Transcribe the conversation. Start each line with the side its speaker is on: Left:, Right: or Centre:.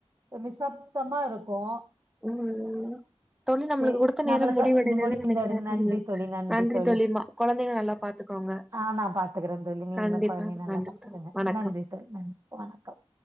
Right: நிசப்தமா இருக்கு
Centre: ம் தோழி நம்மளுக்கு
Right: சே
Centre: குடுத்த நேர
Right: நம்மளுக்கு
Centre: முடிவடைந்ததுன்னு
Right: முடிந்தது
Centre: நெனைக்கிற
Right: நன்றி
Centre: தோழி நன்றி
Right: தோழி
Centre: தோழிமா கொழந்தைங்கள நல்லா பாத்துக்கோங்க
Right: ஆ நா பாத்துக்கறே தோழி நீங்களு
Centre: கண்டிப்பா
Right: கொழந்தைய நல்லா
Centre: நன்றி
Right: பாத்துக்கங்க
Centre: தோழி வணக்க
Right: நன்றி தோழி நன்றி வணக்கம்